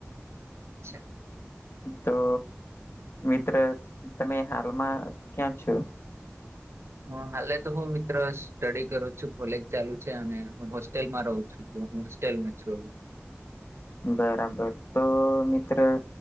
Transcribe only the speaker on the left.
તો મિત્ર તમે હાલમાં ક્યાં છો?
બરાબર તો મિત્ર